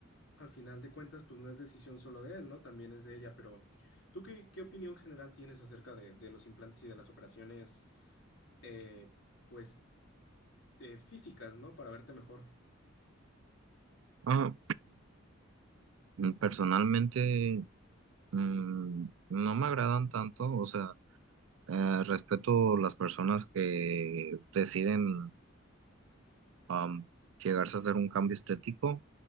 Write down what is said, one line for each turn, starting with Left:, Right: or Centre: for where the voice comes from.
Left: Al final de cuentas, pues no es decisión solo de él, ¿no? También es de ella, pero ¿tú qué, qué opinión general tienes acerca de, de los implantes y de las operaciones, eh, pues, eh, físicas, ¿no? Para verte mejor.
Right: Ah, mm, personalmente, mm, no me agradan tanto, o sea, eh, respeto las personas que deciden am, llegarse a hacer un cambio estético,